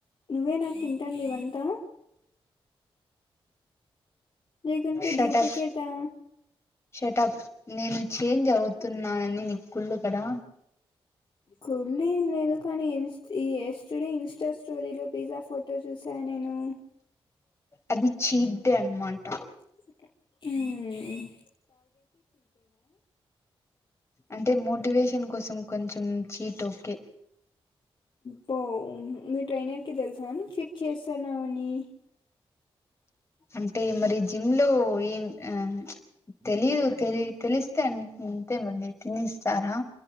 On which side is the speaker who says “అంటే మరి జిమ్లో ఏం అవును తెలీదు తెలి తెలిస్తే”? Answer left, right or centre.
Left